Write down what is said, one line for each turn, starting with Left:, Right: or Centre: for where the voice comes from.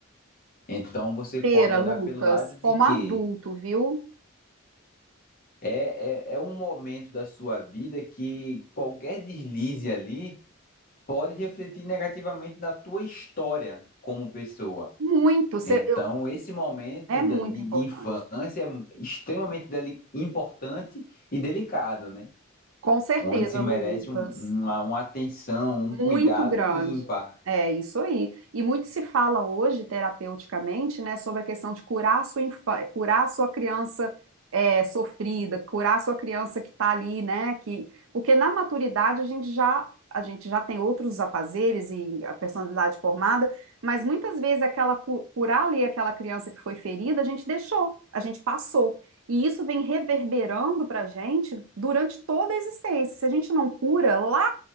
Left: Então você pode
Right: Pera,
Left: olhar
Right: Lucas,
Left: pelo lado de
Right: como
Left: que
Right: adulto, viu?
Left: é, é, é um momento da sua vida que qualquer deslize ali pode refletir negativamente na tua história como pessoa.
Right: Muito, cê-
Left: Então,
Right: eu-
Left: esse momento
Right: é
Left: da-
Right: muito
Left: de,
Right: importante.
Left: de infância é extremamente deli- importante e delicado, né?
Right: Com certeza,
Left: onde se merece
Right: Lucas.
Left: um- uma, uma atenção,
Right: Muito
Left: um cuidado
Right: grande.
Left: ímpar.
Right: É isso aí. E muito se fala hoje, terapeuticamente, né, sobre a questão de curar a sua infa- curar a sua criança é, sofrida, curar a sua criança que está ali, né, que porque na maturidade a gente já a gente já tem outros afazeres e a personalidade formada, mas muitas vezes aquela cu- curar ali aquela criança que foi ferida, a gente deixou, a gente passou. E isso vem reverberando para a gente durante toda a existência. Se a gente não cura lá